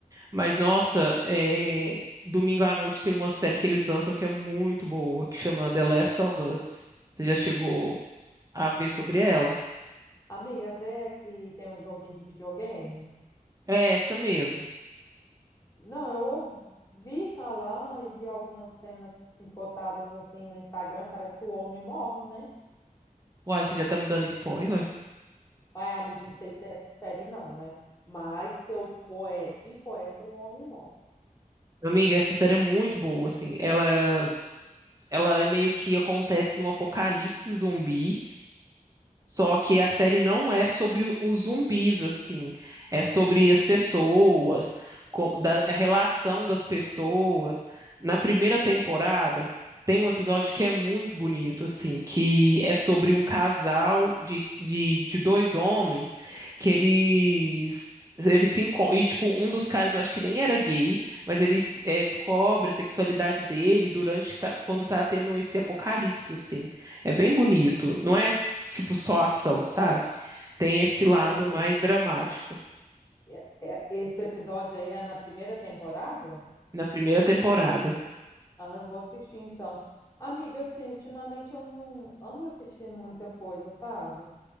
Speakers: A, on the right; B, on the left.
A: mas nossa, é, domingo à noite tem uma série que eles lançam que é muito boa, que chama The Last of Us. Você já chegou a ver sobre ela?
B: Amiga, essa ideia é que tem um joguinho de videogame?
A: É essa mesmo.
B: Não, eu ouvi falar e vi algumas cenas picotadas assim no Instagram. Parece que o homem morre, né?
A: Uai, você já tá me dando spoiler?
B: Vai, amigo, não sei se é essa série não, né? Mas se eu for, é, se for essa, o homem morre.
A: Amiga, essa série é muito boa, assim. Ela, ela é meio que acontece num apocalipse zumbi. Só que a série não é sobre o- os zumbis, assim. É sobre as pessoas, co- da, a relação das pessoas. Na primeira temporada, tem um episódio que é muito bonito, assim, que é sobre um casal de, de, de dois homens que eles. Eles se encon- E, tipo, um dos caras, eu acho que nem era gay, mas ele eh, descobre a sexualidade dele durante, ta- quando tá tendo esse apocalipse, assim. É bem bonito. Não é tipo só ação, sabe? Tem esse lado
B: Sei.
A: mais dramático
B: É- é- Esse episódio aí é na primeira temporada?
A: na primeira temporada.
B: Ah, eu vou assistir então. Amiga, assim, ultimamente eu não ando assistindo muita coisa, sabe?